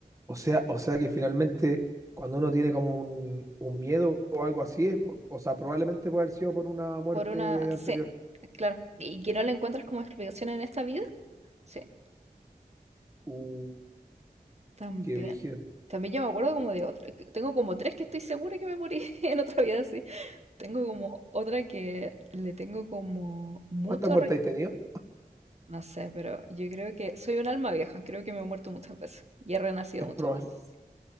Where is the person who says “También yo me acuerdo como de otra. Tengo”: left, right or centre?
Right